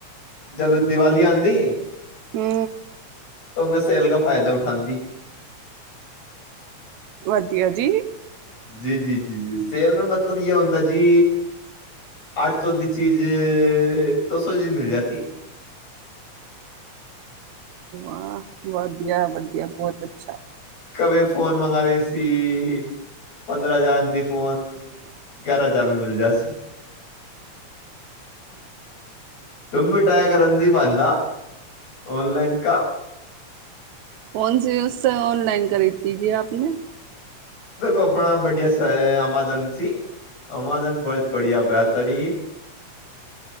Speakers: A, on the left (about 60°); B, on the right (about 75°).
A: ਜਬ ਦੀਵਾਲੀ ਆਉਂਦੀ
B: ਹੂ
A: ਤਾਂ ਮੈਂ ਸੇਲ ਕ ਫ਼ਾਇਦਾ ਉਠਾਉਦੀ
B: ਵਧੀਆ ਜੀ।
A: ਜੀ ਜੀ ਜੀ ਜੀ ਸੇਲ ਮੈਂ ਮਤਲਬ ਯ ਹੁੰਦਾ ਜੀ ਅੱਠ ਸੌ ਦੀ ਚੀਜ਼ ਦੋ ਸੌ ਚੀਜ਼ ਮਿਲ ਜਾਤੀ
B: ਆਹ ਵਧੀਆ ਵਧੀਆ ਬਹੁਤ ਅੱਛਾ।
A: ਕਵੇ ਫੋਨ ਮੰਗਵਾਦੇ ਸੀ ਪੰਦਰਾਂ ਹਜ਼ਾਰ ਦੇ ਫੋਨ ਗਿਆਰਾਂ ਹਜ਼ਾਰ ਮ ਮਿਲ ਜਾ ਸੀ। ਤੁਮ ਵੀ ਟਏ ਕਰਨਦੀ ਫਾਂਦਾ ਔਨਲਾਈਨ ਕਾ
B: ਕੌਣ ਸੀ ਉਸ ਔਨਲਾਈਨ ਖ਼ਰੀਦਦੀ ਜੀ ਆਪ ਨੇ
A: ਦੇਖੋ ਆਪਣਾ ਬੜੀਆ ਸ ਅਮਾਜ਼ੋਨ ਚ ਅਮਾਜ਼ੋਨ ਬਹੁਤ ਬੜੀਆ ਬੇਹਤਰੀਨ